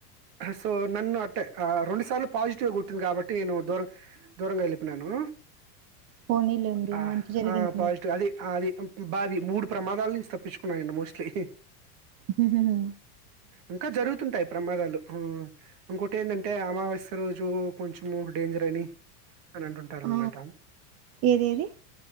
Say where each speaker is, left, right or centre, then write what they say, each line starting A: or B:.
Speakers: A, on the right; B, on the right.
A: సో నన్ను అట్టే ఆ రెండు సార్లు పాజిటివ్గా కొట్టింది కాబట్టి నేను దూర దూరంగా ఎల్లిపేనాను
B: పోనీలేండి
A: హా
B: మంచి జరిగింది
A: ఆ పాజిటివ్
B: మీకు
A: అది ఆ అది తం తుమ్ భారీ మూడు ప్రమాదాల నుంచి తప్పించుకున్నా నేను మోస్ట్లీ
B: హుహూ
A: ఇంకా జరుగుతుంటై ప్రమాదాలు హు ఇంకోటెందంటే అమావస్య రోజు కొంచం డేంజర్ అని అని అంటుంటారు
B: ఆ
A: అన్నమాట
B: ఏదేది